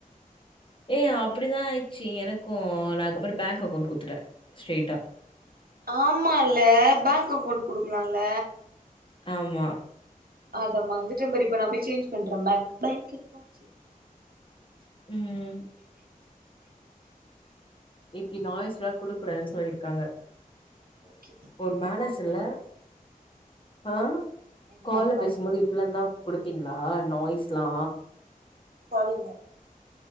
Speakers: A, on the left (about 35°); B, on the right (about 85°).
A: ஏய் அப்படிதா ஆயிச்சு எனக்கு நா அதுக்கப்றோ பேங்க் அக்கௌண்ட் குட்த்துட்டே ஸ்ட்ரைட்டா
B: ஆமால பேங்க் அக்கௌண்ட் குடுக்கலால்ல
A: ஆமா
B: அத மர்ந்துட்ட பாரு இப்ப நா போய் சேஞ் பண்றே பேங்க் பேங்க் அகௌண்ட்
A: ம் இப்டி நாய்ஸ்ல்லா குடுக்கூடாதுன் சொல்லியிருக்காங்க
B: ஓகே ஓகே
A: ஒரு மேனஸ் இல்ல அ
B: என்ன
A: கால்ல
B: பண்றது
A: பேசும்போது இப்பிலாந்தா குடுப்பீங்ளா நாய்ஸ்லா
B: சரிங்க